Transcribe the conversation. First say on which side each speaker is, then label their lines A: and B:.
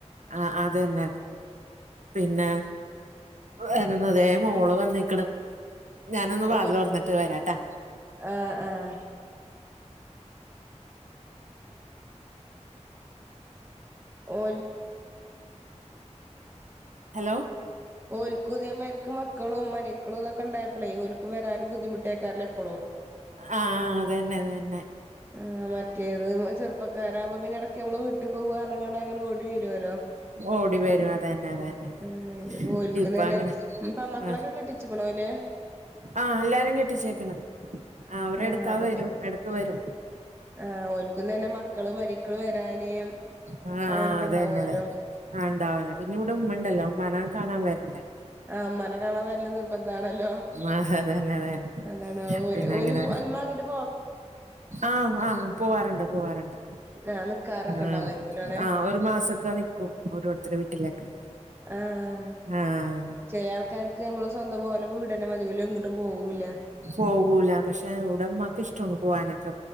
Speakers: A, on the right; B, on the right.
A: ആഹ് അതന്നെ. പിന്നെ വരുന്നതേ മോള് വന്നേക്ക്ണ്. ഞാനൊന്ന് വാതിലൊർന്ന
B: ഓൽ
A: ത്ത് വരാട്ടാ.
B: ആഹ് ആഹ് ഓൽ
A: ഹലോ
B: ഓൽക്കും ഇതേമായ്ര്ക്ക് മക്കളും മരക്കളും തൊക്കെണ്ടായപ്പളേ ഓൽക്കും വെരാനും ബുദ്ധിമുട്ടായ്ക്കാരല്ലേ എപ്പളും.
A: ആഹ് അതെന്നെ അതെന്നെ.
B: ആഹ് മറ്റേത് ചെറുപ്പക്കാരാമ്പോ പിന്നെ എടക്ക് ഞമ്മള് വീട്ട്ക്കോവാർഞ്ഞ്‌ങ്ങാണ്ട് അങ്ങനെ ഓടി വരോല്ലോ.
A: ഓടി വരും അതന്നെ അതന്നെ അതന്നെ
B: ആഹ് ഇത്പ്പൊ ഓൽക്കും
A: ഇപ്പ
B: തന്നെ
A: അങ്ങനെ
B: പെമ്മക്കളൊക്കെ
A: ആഹ്
B: കെട്ടി ച്ച്ക്ക്‌ണോലെ?
A: ആഹ് എല്ലാരേം കെട്ടിച്ചേക്കണ്. ആ അവരെ
B: ആഹ്
A: എട്ക്കാ
B: അപ്പൊ
A: വരും.
B: പി
A: എട്ക്ക് വെരും.
B: ആഹ് ഓൽക്കും തന്നെ മക്കള് മരക്കള് വെരാന്
A: ആഹ്
B: അങ്ങനൊക്കെണ്ടാവോല്ലോ.
A: ആഹ് അതന്നെ അതെ ആഹ് ണ്ടാവല്ലോ പിന്നെ ഇവിടെ ഉമ്മണ്ടല്ലോ ഉമ്മാനെ കാണാ വെര്ണ്ടേ?
B: ആഹ് മ്മാനെ കാണാ വെര്ല് നിർബന്ധാണല്ലോ.
A: ആഹ് അതന്നെ അതന്നെ
B: അതാണ് ഓല്
A: പിന്നെ
B: ഓല്
A: അങ്ങനെ
B: മ്മ ങ്ങട്ട്
A: ആഹ് ആഹ് പോവാറ്ണ്ട് പോവാറ്ണ്ട്.
B: <unintelligible> ഉണ്ടാവായിരിക്കൂലെ
A: ആഹ്
B: അവിടെ
A: ആഹ് ഒരു മാസൊക്കെ നിക്കും ഓരോരുത്തരെ വീട്ടിലെക്കെ.
B: ആഹ്
A: ആഹ്
B: ചെല ആൾക്കാര്ക്ക് മ്മളെ സ്വന്തം ഓലെ വീടന്നെ മതി ഓല് എങ്ങട്ടും പോവൂല.
A: പോകൂല പക്ഷെ ഇവിടമ്മാക്ക് ഇഷ്ടണ് പോകാനൊക്കെ.